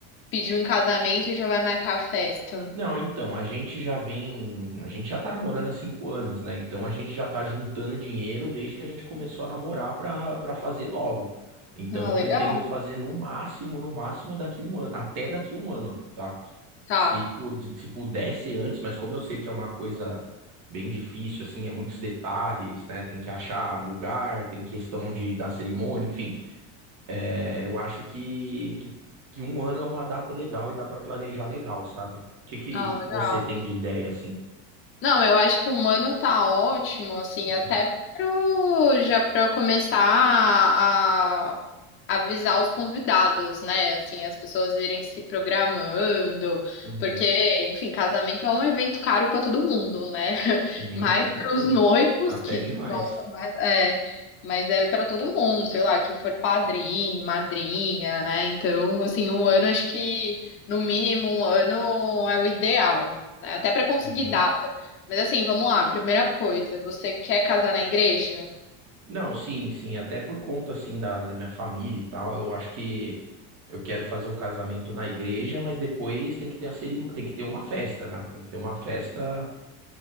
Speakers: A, on the left; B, on the right.
A: pediu em casamento e já vai marcar a festa.
B: Não, então, a gente já vem, a gente já tá namorando há cinco anos, né? Então a gente já tá juntando dinheiro desde que a gente começou a namorar pra, pra fazer logo. Então
A: Ah,
B: eu pretendo
A: legal.
B: fazer no máximo, no máximo daqui um ano, até daqui um ano, tá?
A: Tá.
B: Se, pu- se pudesse antes, mas como eu sei que é uma coisa bem difícil, assim, é muitos detalhes, né? Tem que achar lugar, tem questão de da cerimônia, enfim. É, eu acho que, que, que um ano é uma data legal e dá pra planejar legal, sabe? O que, que
A: Ah, legal.
B: você tem de ideia assim?
A: Não, eu acho que um ano tá ótimo, assim,
B: Uhum,
A: até pro, já para eu começar a avisar os convidados, né? Assim, as pessoas irem se programando,
B: uhum.
A: porque, enfim, casamento é um evento caro para todo mundo, né? <laughs>
B: Sim,
A: Mais
B: com certeza.
A: para os noivos
B: Até
A: que
B: demais.
A: gostam mais, é, mas é para todo mundo, sei lá, quem for padrinho, madrinha, né? Então, assim, um ano acho que no mínimo um ano é o ideal né? Até para conseguir
B: Uhum.
A: data. Mas assim, vamos lá. Primeira coisa, você quer casar na igreja?
B: Não, sim, sim, até por conta assim da, da minha família e tal, eu acho que eu quero fazer o casamento na igreja, mas depois tem que ter a cerim... tem que ter uma festa, né? Tem que ter uma festa